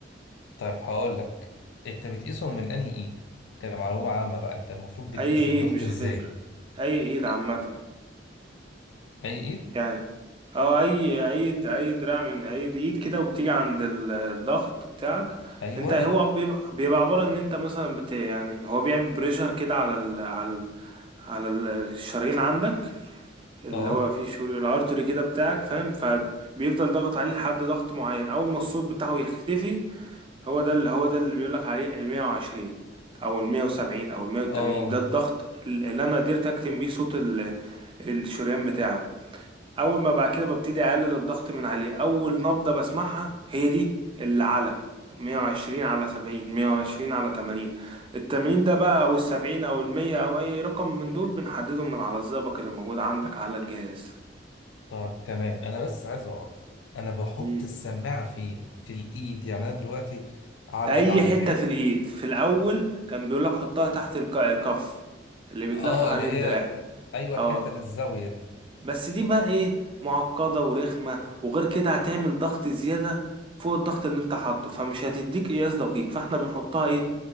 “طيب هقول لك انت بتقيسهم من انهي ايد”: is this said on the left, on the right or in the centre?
Left